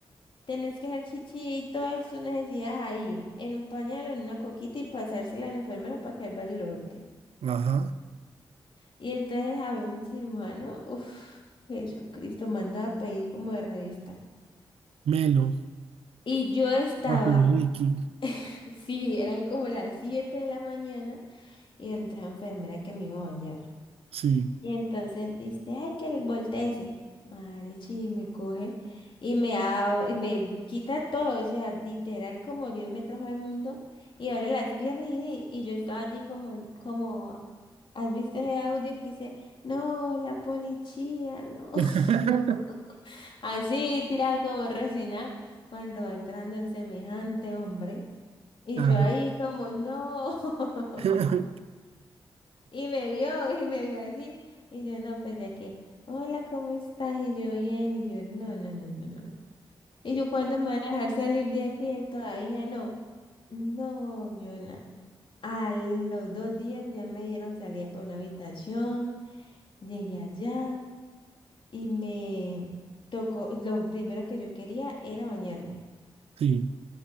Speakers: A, on the left; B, on the right.
A: Tenés que hacer chichi y todas tus necesidades ahí, en un pañal o en una coquita y pasársela al enfermero para que él vaya y lo bote.
B: ajá.
A: Y entonces a un cirujano, uff, Jesucristo, mandaba a pedir como de revista.
B: Melo,
A: Y yo estaba,
B: papi Ricky,
A: <laughs> sí, eran como las 7 de la mañana y entró la enfermera que me iba a bañar.
B: sí.
A: Y entonces dice, ay, que volteese. Marichi, y me coge y me, ab- y me quita todo, o sea, literal como Dios me trajo al mundo y abre las piernas y, y yo estaba allí como, como, ¿has visto ese audio que dice, no, la policía, no?
B: <laughs>
A: <laughs> Así, tirada como resina, cuando va entrando semejante hombre. Y
B: Ajá,
A: yo ahí como, no.
B: <laughs>
A: <laughs> Y me vio, y me vio así. Y yo, no, pues ya que, hola, ¿cómo estás? Y yo, bien. Y yo, no, no, no, no, no. Y yo, ¿cuándo me van a dejar salir de aquí? Y él todavía no. No, yo no. A los dos días ya me dieron salida para una habitación. Llegué allá y me tocó, lo primero que yo quería era bañarme.
B: sí.